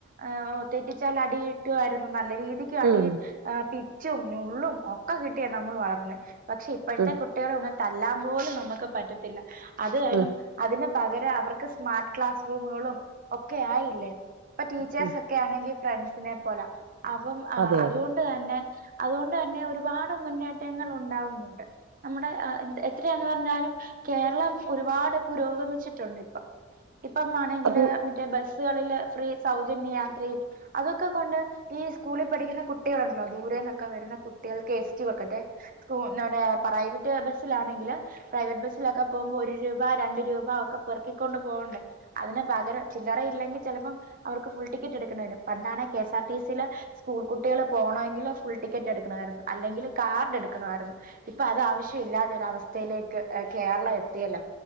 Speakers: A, on the right; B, on the right.
A: ആഹ്ഒ തെറ്റിച്ചാലടീയ്ക്കുവാര്ന്ന് നല്ല രീതീക്ക്
B: ഉം
A: അടീം ആഹ് പി- പിച്ചും ഞുള്ളും ഒക്കെക്കിട്ടിയാ നമ്മള് വളർന്നെ പക്ഷേ ഇപ്പോഴത്തെ
B: ഉം
A: കുട്ടികളെ ഒന്ന് തൽ- ല്ലാമ്പോലും നമുക്ക് പറ്റത്തില്ല അത് അയലും
B: ഉം
A: അതിനെ- പകരം അവർക്ക് സ്മാർട്ട് ക്ലാസ് റൂമുകളും ഒക്കെ ആയില്ലേ ഇപ്പൊ ടീച്ചേഴ്സ്
B: ഉം
A: ഒക്കെയാണെങ്കിൽ ഫ്രണ്ട്സ് സിനെ പോലാ അപ്പം
B: അതെ
A: അതുകൊണ്ട്
B: അതെ
A: തന്നെ- അതുകൊണ്ട് തന്നെ ഒരുപാട് മുന്നേറ്റങ്ങൾ ഉണ്ടാവുന്നുണ്ട് നമ്മുടെ എ എത്രന്ന് പറഞ്ഞാലും കേരളം ഒരുപാട് പുരോഗമിച്ചിട്ടുണ്ട് ഇപ്പം ഇപ്പം മാണെങ്കില്
B: അത്
A: മറ്റേ ബസ് ബസുകളില് ഫ്രീ സൗജന്യ യാത്രയും അത് ക്ക കൊണ്ട് ഈ സ്കൂളിൽ പഠിക്കുന്ന കുട്ട് കുട്ടികളുണ്ടല്ലോ ദൂരന്നൊക്കെ വരുന്ന കുട്ടികൾക്ക് എസ് ടി വക്കട്ടെ സ്കൂ നൊണെ പ്രൈവറ്റ് ബസ്സിലാണെങ്കില് പ്രൈവറ്റ് ബസ്സിലൊക്കെ പോകുമ്പോ ഒരു രൂപ രണ്ട് രൂപ ഒക്കെ പെർക്കിക്കൊണ്ട് പോകണ്ടേ അതിന് പകരം ചില്ലറ ഇല്ലെങ്കി ചെലപ്പം അവർക്ക് ഫുൾ ടിക്കറ്റ് എടുക്കണ വരും പണ്ടാണേ കെ എസ് ആർടി സിൽ സ്കൂൾ കുട്ടികള് പോകണമെങ്കില് ഫുൾ ടിക്കറ്റ് എടുക്കണമായിരുന്നു അല്ലെങ്കിൽ കാർഡ് എടുക്കണമായിരുന്നു ഇപ്പൊ അത് ആവശ്യം ഇല്ലാതെ ഒര അവസ്ഥയിലേക്ക് കേരളം എത്തിയല്ലോ